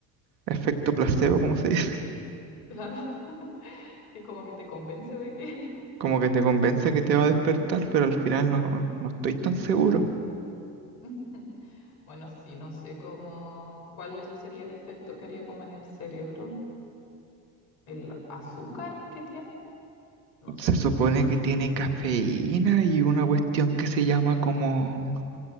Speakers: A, on the right (about 85°); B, on the left (about 80°).
A: efecto placebo, como se dice. <laughs>
B: claro, <laughs> que como que te convence de que...
A: Como que te convence que te va a despertar, pero al final no, no estoy tan seguro.
B: <laughs> Bueno, sí, no sé cómo, cuál es- sería el efecto que haría como en el cerebro, el azúcar que tiene, no sé,
A: Se supone que tiene cafeína y una cuestión que se llama como